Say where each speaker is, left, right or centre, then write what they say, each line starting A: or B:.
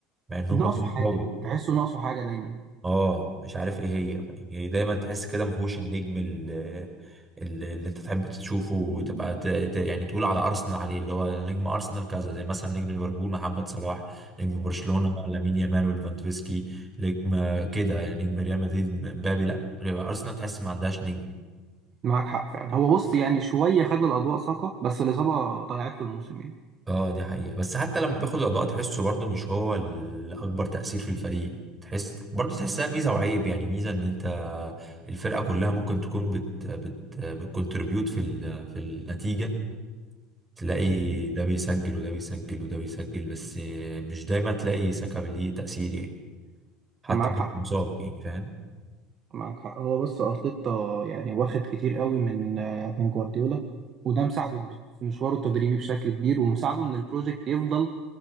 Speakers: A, on the right (about 20°); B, on the right (about 40°).
A: مع ان هم
B: ناقصه
A: فريق
B: حاجه
A: قوي
B: تحسه ناقصه حاجه دايما
A: اه مش عارف ايه هي يعني دايما تحس كده ما فيهوش النجم ال- ال- اللي انت تحب تشوفه وتبقى ت- ت- يعني تقول على ارسنال عليه اللي هو نجم ارسنال كذا زي مثلا نجم ليفربول محمد صلاح نجم برشلونة لامين يامال وليفاندوفسكي نجم كده يعني نجم ريال مدريد مبابي لا ارسنال تحس ما عندهاش نجم
B: معاك حق فعلا هو بص يعني شوية خد الأضواء ساقة بس الإصابة ضيعت له الموسم يعني
A: اه دي حقيقة بس حتى لما بياخد الأضواء تحسه برضه مش هو الأكبر تأثير في الفريق تحس برضه تحسها ميزة وعيب يعني ميزة إن أنت الفرقة كلها ممكن تكون بت بت بتكونتريبيوت في ال... في النتيجة مم. تلاقي ده بيسجل وده بيسجل وده بيسجل بس مش دايما تلاقي ساكا ليه تأثير يعني حتى
B: معاك
A: ممكن
B: حق
A: مصاب يعني فاهم
B: معاك حق هو بس أرتيتا يعني واخد كتير قوي من من جوارديولا وده مساعده كب- في مشواره التدريبي بشكل كبير ومساعده إن البروجكت يفضل